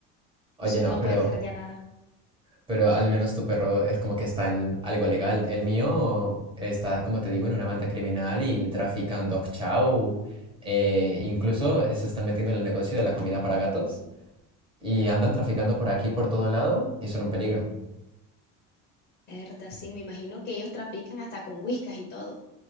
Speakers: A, on the right (about 15°); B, on the left (about 30°).
A: Oye,
B: Entonces
A: no,
B: uno no
A: pero...
B: puede hacer ya nada.
A: Pero al menos tu perro es como que está en algo legal. El mío está, como te digo, en una banda criminal y trafican dog chow. eh, incluso se están metiendo en el negocio de la comida para gatos y andan traficando por aquí, por todo lado y son un peligro.
B: Es verdad, sí, me imagino que ellos trafican hasta con whiskas y todo.